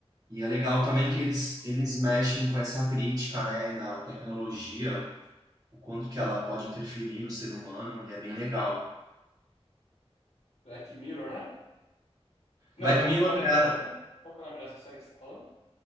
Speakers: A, on the right; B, on the left.
A: E é legal
B: Interessante.
A: também que eles, eles mexem com essa crítica, né, da tecnologia, o quanto que ela pode interferir no ser humano, e é bem legal.
B: Black Mirror, né? Não,
A: Black
B: é, o-
A: Mirror
B: qual é o
A: é
B: nome da outra? Qual que é o nome dessa série que você tá falando?